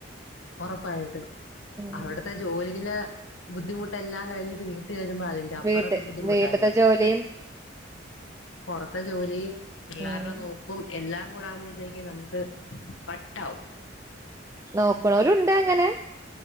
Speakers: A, on the left; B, on the right.
A: ഉറപ്പായിട്ടും
B: ഉം
A: അവിടുത്തെ ജോലിയിലെ ബുദ്ധിമുട്ടെല്ലാം കഴിഞ്ഞിട്ട് വീട്ട് വരുമ്പോ ആ അപ്പറത്ത
B: വീട്ട്
A: ബുദ്ധിമുട്ടാ
B: വീട്ടത്തെ
A: വീട്ടിൽ
B: ജോലിയും
A: പറത്തെ ജോലി പിള്ളാര്ടെ
B: ഉം
A: നോക്ക ക്കും എല്ലാം കൂടാകുമ്പോഴത്തേക്കും നമുക്ക് വട്ടാവും
B: നോക്ക്ണോരും ഉണ്ട് അങ്ങനെ